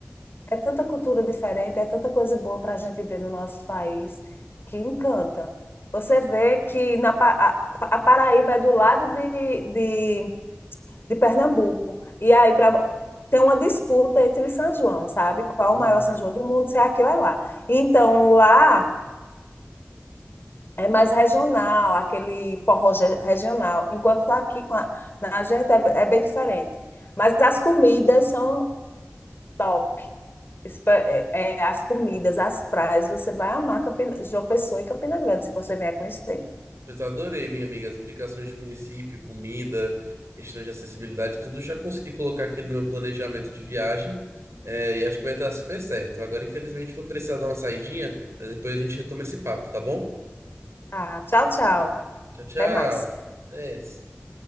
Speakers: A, on the left; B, on the right.
A: É tanta cultura diferente, é tanta coisa boa para a gente ver no nosso país que encanta. Você vê que na, Pa- a, a Paraíba é do lado de, de, de Pernambuco. E aí pra, tem uma disputa entre São João, sabe? Qual
B: Uhum.
A: é o maior São João do mundo, se é aqui ou é lá. Então lá é mais regional, aquele forró ge- regional. Enquanto aqui com a- na gente é, é bem diferente. Mas as comidas são top. espa- é, é, as comidas, as praias, você vai amar Campina- João Pessoa e Campina Grande, se você vier conhecer.
B: Pois eu adorei, minha amiga, as indicações de município, comida, questões de acessibilidade, tudo já consegui colocar aqui no meu planejamento de viagem é, e acho que vai estar super certo. Agora, infelizmente, vou precisar dar uma saidinha, mas depois a gente retoma esse papo, tá bom?
A: Tá, tchau, tchau.
B: Tchau, tchau.
A: Até mais.
B: Até. esse.